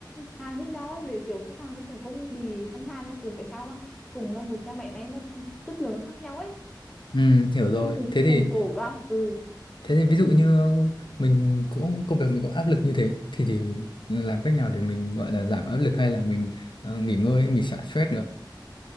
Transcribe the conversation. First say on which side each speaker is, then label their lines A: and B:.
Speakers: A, in the centre; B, on the left.
A: hàng với nhau ấy, để kiểu khách hàng nó sẽ không bị phân hàng là kiểu tại sao mà cùng là một nhà máy máy mà chất lượng nó khác nhau ấy
B: Ừ, hiểu
A: Và
B: rồi.
A: em cùng
B: Thế thì
A: cùng cố gắng ừ
B: thế thì ví dụ như ờ, mình cũng công việc mình có áp lực như thế thì thì làm cách nào để mình gọi là giảm áp lực hay là mình ờ, nghỉ ngơi ấy, mình xả stress được?